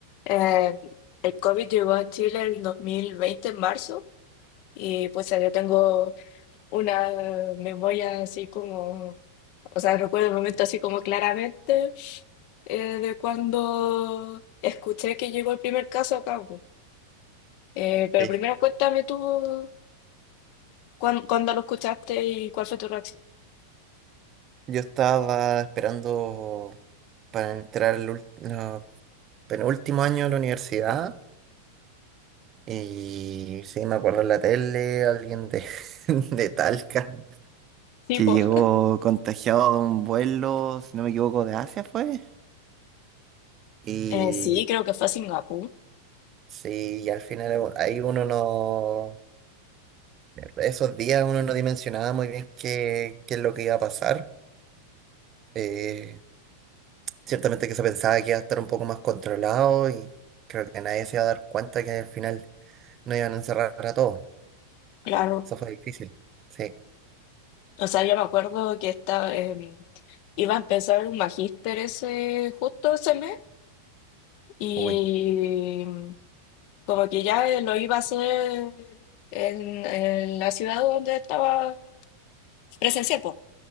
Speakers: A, on the left (about 45°); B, on the right (about 30°).
A: Eh, el COVID llegó a Chile el 2020 en marzo, y pues yo tengo una memoria así como, o sea, recuerdo el momento así como claramente eh, de cuando escuché que llegó el primer caso acá. pues. Eh, pero
B: Sí,
A: primero cuéntame tú cuán- cuándo lo escuchaste y cuál fue tu reacción.
B: yo estaba esperando para entrar el ult- no, penúltimo año de la universidad y sí, me acuerdo en la tele alguien de, <laughs> de Talca
A: Sí,
B: que
A: pues.
B: llegó contagiado de un vuelo, si no me equivoco, de Asia fue. Y
A: Eh, sí, creo que fue a Singapur,
B: sí, y al final eh, ahí uno no, esos días uno no dimensionaba muy bien qué, qué es lo que iba a pasar. Eh, Ciertamente que se pensaba que iba a estar un poco más controlado y creo que nadie se iba a dar cuenta que al final no iban a encerrar a todos.
A: claro.
B: Eso fue difícil. Sí,
A: O sea, yo me acuerdo que estaba, em, iba a empezar un magíster ese, justo ese mes. Y
B: uy.
A: como que ya eh, lo iba a hacer en, en la ciudad donde estaba presencial, po.